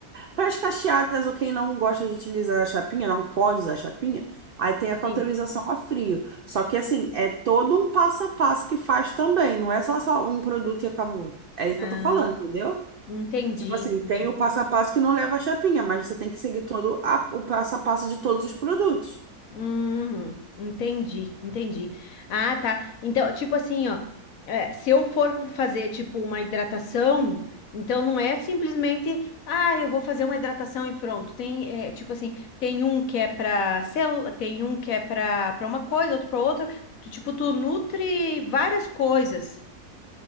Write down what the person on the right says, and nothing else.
para as cacheadas ou quem não gosta de utilizar a chapinha, não pode usar a chapinha, aí tem a cauterização
a frio. Só que assim, é todo um passo a passo que faz também, não é só, só um produto e acabou. É isso que
eu tô falando, entendeu?
Tipo assim,
tem o passo a passo que não leva a chapinha, mas você tem que seguir todo a- o passo a passo de todos os produtos.